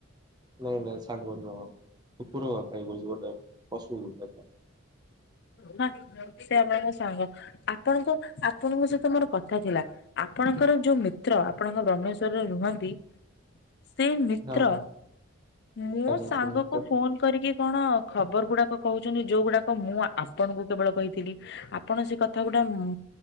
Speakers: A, on the right; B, on the left.
A: ନାଇଁ ନାଇଁ ସାଙ୍ଗ ନୁହଁ କୁକୁର କାଇଁ କୋହୁଚି ଗୋଟେ ପଶୁଟେ।
B: ହଁ ସେ ଆପଣଙ୍କ ସାଙ୍ଗ। ଆପଣଙ୍କ ଆପଣଙ୍କ ସହିତ ମୋର କଥା ଥିଲା। ଆପଣଙ୍କର ଯୋଉ ମିତ୍ର ଆପଣଙ୍କ ବ୍ରହ୍ମେଶ୍ଵରରେ ରୁହନ୍ତି ସେ ମିତ୍ର
A: ହଁ ହଁ
B: ମୋ
A: ଆଜ୍ଞା
B: ସାଙ୍ଗକୁ
A: ସେମିତି ତ
B: ଫୋନ କରିକି କଣ ଖବର ଗୁଡ଼ାକ କୋହୁଚନ୍ତି ଯୋଉଗୁଡ଼ା କ ମୁଁ ଆପଣଙ୍କୁ କେବଳ କହିଥିଲି ଆପଣ ସେ କଥା ଗୋଡା ମୁ